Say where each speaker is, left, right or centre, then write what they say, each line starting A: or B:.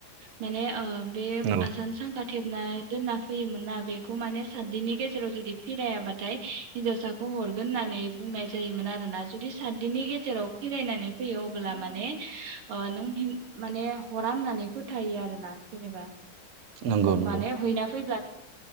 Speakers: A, on the right (about 75°); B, on the right (about 60°).
A: माने। ओ बे
B: नंगौ
A: आजानसांखा थेबना दोनना फैयोमोन ना बेखौ माने सातदिननि गेजेराव जुदि फिरायाबाथाय हिन्जावसाखौ हरगोन होननानै बुंनाय जायोमोन आरोना जुदि सातदिननि गेजेराव फिरायनानै फैयो अब्ला माने नों माने हरा होननानै फोथायो आर ना बिेनेबा
B: नंगौ नंगौ
A: माने हैना फैब्ला